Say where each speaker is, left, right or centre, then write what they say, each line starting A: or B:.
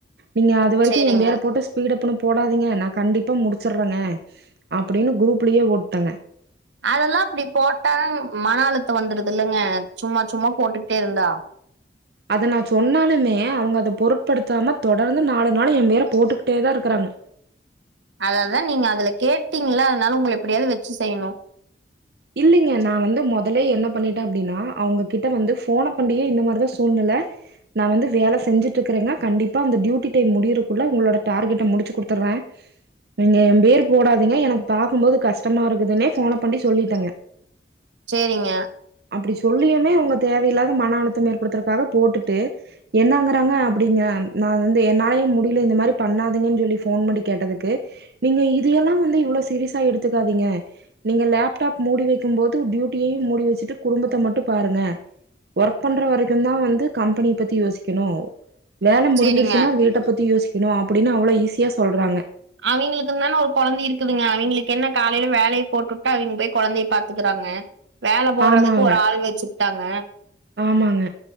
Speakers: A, on the right; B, on the right.
A: நீங்க அது வரிக்கு
B: சரிங்க.
A: எ பேற போட்டு பீடப்லா போடாதீங்க நா கண்டிப்பா முடிச்சுறுவங்க அப்டீனு குரூப் லயே போட்டங்க
B: அதெல்லா அப்டி போட்டா மன அழுத்தோ வந்துரது இல்லங்க சும்மா சும்மா போட்டுகிட்டே இருந்தா
A: அத நா சொன்னாலுமே அவங்க அத பொருட்படுத்தாம தொடர்ந்து நாலு நாள் ஏ பேரை போட்டுக்கிட்டே தா இருக்குறாங்க
B: அத தா நீங்க அதுல கேட்டீங்கள அதனால உங்கல எப்புடியாவது வெச்சு செய்யணோ
A: இல்லீங்க நா வந்து மொதலே என்ன பண்ணிட்டே அப்டீன்னா அவுங்ககிட்ட வந்து ஃபோன ஃபெரெண்ட்லயே இந்த மாரிதா சூழ்நில நா வந்து வேல செஞ்சுட்ருக்கிறேங்க கண்டிப்பா அந்த டியூட்டி டைம் முடியறக்குள்ள உங்களோட டார்கெட்ட முடிச்சு குடுத்துருவ நீங்க ஏ பேரு போடாதீங்க எனக்கு பாக்கும் போது கஷ்டமா இருக்குதுன்னே ஃபோன பண்ணி சொல்லிட்டேங்க
B: சேரிங்க
A: அப்டி சொல்லியுமே அவுங்க தேவையில்லாத மன அழுத்தம் ஏற்படுத்றதுக்காக போட்டுட்டு என்னங்கறாங்க அப்டீங்க நா வந்து என்னாலயே முடியுல இந்த மாரி பண்ணாதீங்கன் சொல்லி ஃபோன் பண்டி கேட்டதுக்கு நீங்க இதையெல்லா வந்து இவ்ளோ சீரியஸா எடுத்துக்காதீங்க நீங்க லேப் டாப் மூடி வெக்கும் போது டியூட்டியையு மூடி வெச்சுட்டு குடும்பத்த மட்டு பாருங்க ஒர்க் பண்ற வரைக்கோந்தா வந்து கம்பெனி பத்தி யோசிக்கணோ வேல முடிஞ்சிறுச்சுனா
B: சரிங்க.
A: வீட்ட பத்தி யோசிக்கணோ அப்டீனு அவ்வளோ ஈஸியா சொல்றாங்க
B: அவிங்களுக்குந்தான ஒரு கொழந்த இருக்குதுங்க அவிங்களுக்கு என்ன காலையில வேலய போட்டுட்டு அவிங்க போய் கொழந்தைய பாத்துக்குறாங்க வேல போட்றதுக்கு
A: ஆமாங்க
B: ஒரு ஆள் வெச்சுக்கிட்டாங்க
A: ஆமாங்க